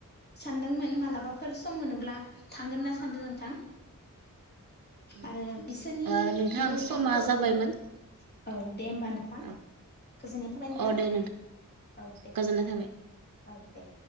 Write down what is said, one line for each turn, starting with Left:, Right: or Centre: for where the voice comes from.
Left: सानदोंमोन मालाबाफोर सम मोनोब्ला थांगोन होनना सानदो नोंथां।
Right: औ
Left: आरो बिसोरनि
Right: ओ नोंथां
Left: न'फोरखौबो
Right: समा जाबायमोन
Left: औ दे ओमबा नोथां।
Right: औ
Left: गोजोननाय थाबाय नोंथां
Right: अ
Left: औ
Right: दे
Left: दे
Right: गोजोननाय थाबाय।
Left: औ दे।